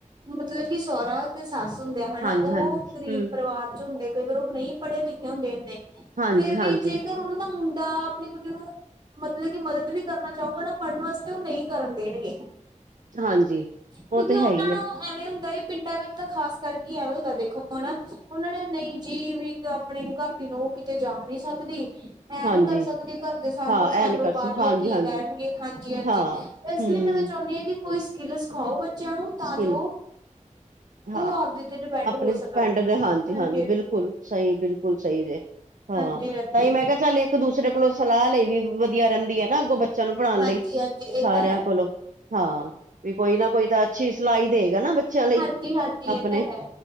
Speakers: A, on the right; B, on the right.
A: ਮਤਲਬ ਕਿ ਸੋਹਰਾ ਤੇ ਸੱਸ ਹੁੰਦੇ ਆ ਹਨਾ,
B: ਹਾਂਜੀ
A: ਉਹ
B: ਹਾਂਜੀ
A: ਗਰੀਬ
B: ਹਮ
A: ਪਰਿਵਾਰ ਚ ਹੁੰਦੇ। ਕਈ ਵਾਰ, ਉਹ ਨਹੀਂ ਪੜ੍ਹੇ ਲਿਖੇ ਹੁੰਦੇ-ਹੁੰਦੇ।
B: ਹਾਂਜੀ
A: ਫੇਰ
B: ਹਾਂਜੀ
A: ਵੀ ਜੇਕਰ ਉਹਨਾਂ ਦਾ ਮੁੰਡਾ ਆਪਣੀ ਕੁੜੀ ਨੂੰ ਮਤਲਬ ਕਿ ਮਦੱਦ ਵੀ ਕਰਨਾ ਚਾਹੂਗਾ ਨਾ ਪੜ੍ਹਨ ਵਾਸਤੇ, ਉਹ ਨਹੀਂ ਕਰਨ ਦੇਣਗੇ।
B: ਹਾਂਜੀ
A: ਕਿਉਂਕਿ
B: ਉਹ ਤੇ
A: ਉਨਾਂ
B: ਹੈ ਹੀ
A: ਨੂੰ
B: ਹੈ
A: ਐਵੇਂ ਹੁੰਦਾ ਏ। ਪਿੰਡਾਂ ਵਿੱਚ ਤਾਂ ਖਾਸ ਕਰਕੇ ਐਵੇਂ ਹੁੰਦਾ ਦੇਖੋ, ਹੋਣਾ। ਉਹਨਾਂ ਨੇ ਨਈ ਜੀ ਵੀ ਤੇ ਆਪਣੀ ਘਰ ਕੀ ਨੂੰਹ ਕਿਤੇ ਜਾ ਨਈ ਸਕਦੀ। ਇਹ
B: ਹਾਂਜੀ
A: ਨਈ ਕਰ ਸਕਦੀ। ਘਰ ਦੇ ਸਾਨੂੰ-ਸਾਨੂੰ
B: ਹਾਂ ਇਹ ਨੀ ਕਰ
A: ਬਾਹਰਲੇ
B: ਹਾਂਜੀ
A: ਕੀ
B: ਹਾਂਜੀ
A: ਕਹਿਣਗੇ? ਹਾਂਜੀ-ਹਾਂਜੀ।
B: ਹਾਂ
A: ਇਸ
B: ਹਮ
A: ਲਈ ਮੈਂ ਤਾਂ ਚਾਓਨੀ ਆ, ਕਿ ਕੋਈ ਸਕਿੱਲ ਸਿਖਾਓ ਬੱਚਿਆਂ ਨੂੰ ਤਾਂ
B: ਸਕਿੱਲ
A: ਜੋ
B: ਹਾਂ।
A: ਉਹ ਆਪਦੇ ਤੇ ਡਿਪੈਂਡ
B: ਆਪਣੇ
A: ਹੋ
B: ਡਪੈੰਂਡ
A: ਸਕਣ
B: ਦੇ ਹਾਂਜੀ-ਹਾਂਜੀ,
A: ਹਾਂਜੀ
B: ਬਿਲਕੁਲ ਸਹੀ। ਬਿਲਕੁਲ ਸਹੀ ਜੇ। ਹਾਂ,
A: ਹਾਂਜੀ ਹਾਂਜੀ
B: ਤਾਂਹੀ ਮੈਂ ਕਿਹਾ ਚੱਲ ਇੱਕ- ਦੂਸਰੇ ਕੋਲੋਂ ਸਲਾਹ ਲਈ ਵੀ ਵਧੀਆ ਰਹਿੰਦੀ ਹੈ ਨਾ। ਅੱਗੋਂ ਬੱਚਿਆਂ ਨੂੰ ਪੜ੍ਹਾਣ
A: ਹਾਂਜੀ
B: ਲਈ
A: ਹਾਂਜੀ ਇਹ
B: ਸਾਰਿਆਂ
A: ਤਾਂ ਹੈ
B: ਕੋਲੋਂ। ਹਾਂ, ਵੀ ਕੋਈ ਨਾ, ਕੋਈ ਤਾਂ ਅੱਛੀ ਸਲਾਹ ਹੀ ਦੇਗਾ ਨਾ ਬੱਚਿਆਂ ਲਈ
A: ਹਾਂਜੀ-ਹਾਂਜੀ।
B: ਆਪਣੇ
A: ਇਹ ਤਾਂ ਹੈ